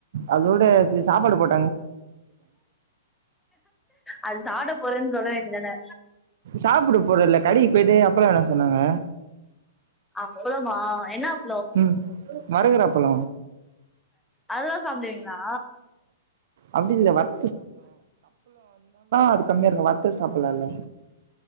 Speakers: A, on the right; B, in the centre.
A: அதோட சாப்பாடு போட்
B: அது சாட போறன்னு சொல்ல வேண்டியதான
A: சாப்பிட போறல கடைக்கு போய்ட்டு அப்பளம் வாங்கிட்டு வர சொன்னாங்க
B: அப்பளமா என்ன அப்
A: ம் மருகுற அப்பள
B: அது தா சாப்டுவீங்களா
A: அப்படி இல்ல வத் அது கம்மியா இருக்கு வத்த சாப்டலால்ல